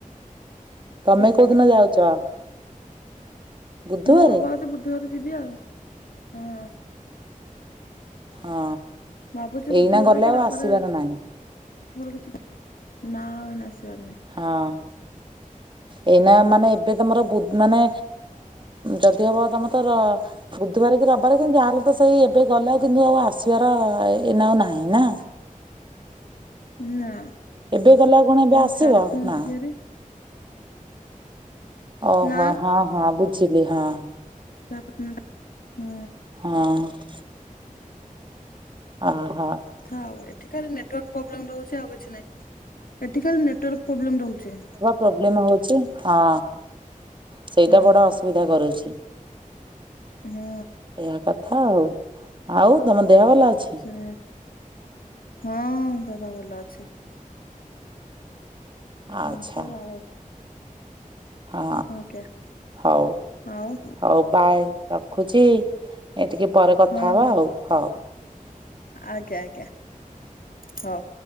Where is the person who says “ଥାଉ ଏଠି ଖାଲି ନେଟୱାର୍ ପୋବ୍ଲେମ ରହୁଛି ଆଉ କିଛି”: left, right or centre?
Left